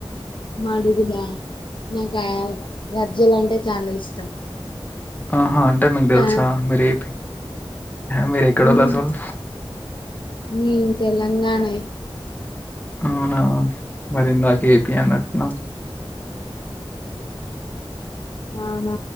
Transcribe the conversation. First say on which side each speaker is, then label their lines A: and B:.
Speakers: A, on the left; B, on the left.
A: మడుగులా నాకు గర్జల అంటే చాలా ఇష్టం
B: ఆహా అంటే మీకు
A: కా
B: తెలుసా మీర ఏపీ మీరు ఎక్కడుర్రసలు
A: మ్ మేం తెలంగాణే
B: అవునా మరిందాక ఏపీ అన్నట్టున్నా
A: అవునా